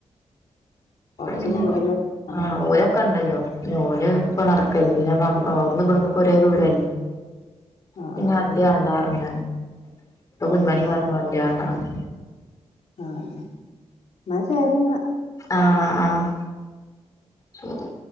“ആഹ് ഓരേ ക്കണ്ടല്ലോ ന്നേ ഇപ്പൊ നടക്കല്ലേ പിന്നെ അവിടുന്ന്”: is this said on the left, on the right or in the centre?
Left